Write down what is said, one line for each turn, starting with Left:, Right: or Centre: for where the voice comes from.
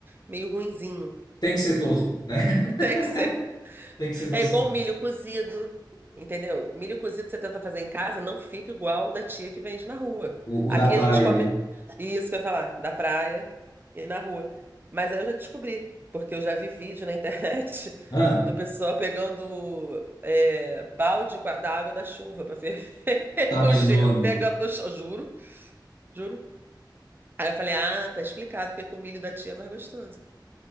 Right: meio ruinzinho.
Left: tem que ser tosco, né?
Right: <laughs> Tem que ser.
Left: <laughs> Tem que ser tosco.
Right: É igual milho cozido, entendeu? Milho cozido você tenta fazer em casa, não fica igual da tia que vende na rua.
Left: O,
Right: Aqui
Left: o da praia
Right: a gente come
Left: ali.
Right: isso que eu ia falar, da praia e na rua. Mas aí eu já descobri, porque eu já vi vídeo na internet <laughs>
Left: Ah,
Right: do pessoal pegando é, balde com a- da água da chuva para ferver <laughs>
Left: tá
Right: o
Left: me
Right: gelo,
Left: zoando.
Right: pegando do chão, juro. Juro. Aí eu falei, ah, tá explicado porque que o milho da tia é mais gostoso.